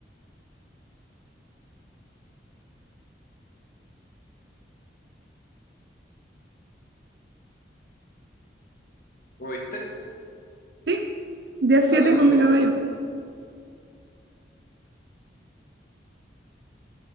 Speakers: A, on the left (about 50°); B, on the right (about 65°).
A: ¿Lo viste?
B: Sí, D7
A: Ah, dame un
B: con
A: segundo.
B: mi caballo.
A: Dame